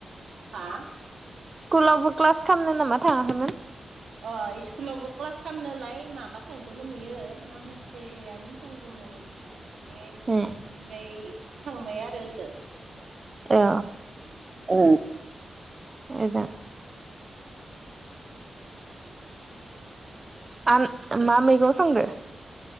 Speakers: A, on the right; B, on the right.
A: हा?
B: स्कुलावबो मा थाङाखैमोन?
A: अ इस्कुलावबो क्लास खालामनोलाय माबा थांदोंमोन इयो माखासेयान थांदोंमोन थां माने ओमफ्राय
B: ए
A: थांबाय आरो ओजो।
B: ए ओ। ओजों। आम मा मैगं संदों?